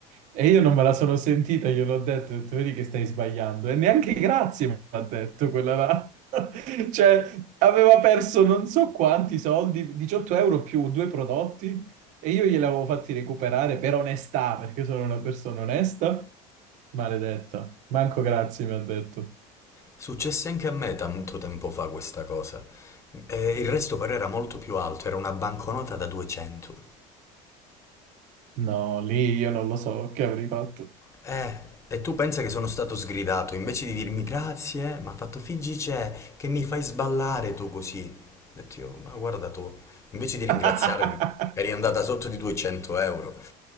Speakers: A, on the right (about 50°); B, on the left (about 20°).
A: E io non me la sono sentita, gliel'ho ho detto, ho detto, vedi che stai sbagliando. E neanche grazie mi ha detto quella là. <laughs> Cioè, aveva perso non so quanti soldi, 18 euro più due prodotti, e io gliel'avevo fatti recuperare per onestà, perché sono una persona onesta. Maledetta, manco grazie mi ha detto.
B: Successe anche a me tanto tempo fa questa cosa. E il resto però era molto più alto, era una banconota da 200.
A: No, lì io non lo so che avrei fatto.
B: Eh, e tu pensa che sono stato sgridato, invece di dirmi grazie, mi ha fatto figgi c'è, che mi fai sballare tu così. Ho detto io, ma guarda tu, invece
A: <laughs>
B: di ringraziarmi,
A: Ma
B: eri andata sotto di 200 euro.